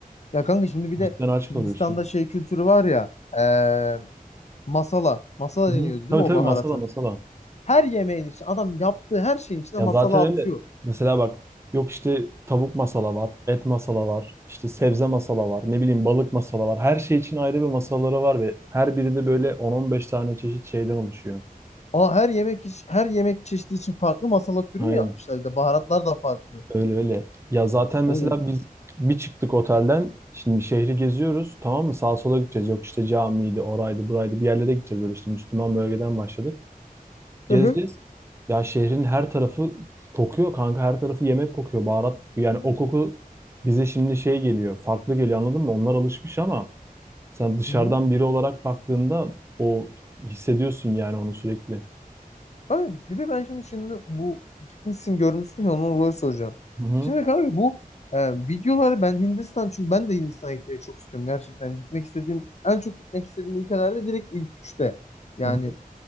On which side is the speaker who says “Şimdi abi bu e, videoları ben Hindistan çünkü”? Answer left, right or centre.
Left